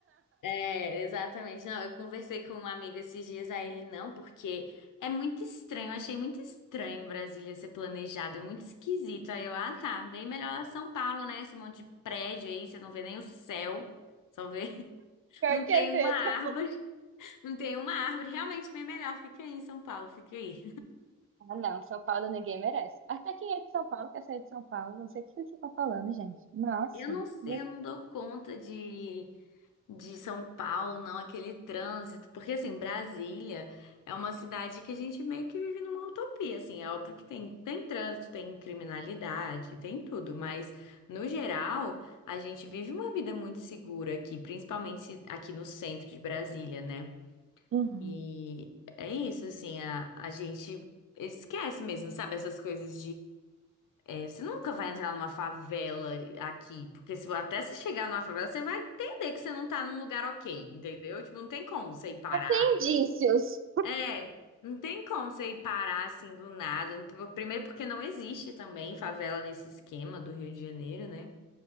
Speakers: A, on the left; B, on the right.
A: É, exatamente. Não, eu conversei com um amigo esses dias, a ele não, porque é muito estranho. Eu achei muito estranho Brasília ser planejado, é muito esquisito. Aí eu, ah, tá, bem melhor São Paulo, né? Esse monte de prédio aí, você não vê nem o céu, só vê. <laughs>
B: Pior
A: Não tem
B: que é
A: uma
B: mesmo.
A: árvore, não tem uma árvore. Realmente bem melhor. Fica aí em São Paulo, fica aí.
B: Ah, não, São Paulo ninguém merece. Até quem é de São Paulo quer sair de São Paulo. Não sei o que você está falando, gente. Nossa.
A: Eu não sei,
B: misericórdia.
A: eu não dou conta de, de São Paulo, não, aquele trânsito, porque assim, Brasília é uma cidade que a gente meio que vive numa utopia, assim, é óbvio que tem, tem trânsito, tem criminalidade, tem tudo, mas no geral, a gente vive uma vida muito segura aqui, principalmente se- aqui no centro de Brasília, né?
B: Uhum.
A: E é isso, assim, a, a gente esquece mesmo, sabe, essas coisas é, você nunca vai entrar numa favela aqui, porque se, até se chegar numa favela, você vai entender que você não tá num lugar ok, entendeu? Tipo, não tem como você ir parar.
B: Indícios.
A: É, não tem como você ir parar assim do nada. Primeiro porque não existe também favela nesse esquema do Rio de Janeiro, né?